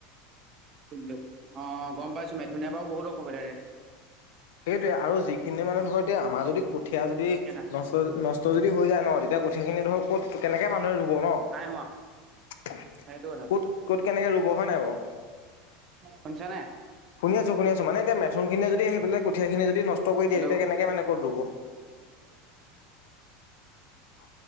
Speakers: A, on the right; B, on the left.
A: দিয়ক অ গম পাইছো মে জুনে বাও বহুত অসুবিধা ইয়াত।
B: সেইটোয়ে, আৰু যিখিনি মানে ধৰ এতিয়া আমাৰ যদি কঠিয় যদি
A: পিছকে নাই
B: নষ্ট নষ্ট যদি য হৈ যায় ন তেতিয়া কঠীয়াখিনি ধৰক ক'ত তেনেকে মানুহে ৰুব ন?
A: নাই হোৱা
B: ক'ত?
A: সেইটো কথা
B: কত? কেনেকে ৰুব হয় নাই বাও?
A: শুনিছনে?
B: শুনি আছো শুনি আছো। মানে এতিয়া মেথোনখিনিয় য আহি পেলাই কঠীয়াখিনি যদি নষ্ট কৰি দিয়ে
A: হেল্ল'
B: তেতিয়া কেনেকে মানে ক'ত ৰুব!
A: <inaudible>
B: অ।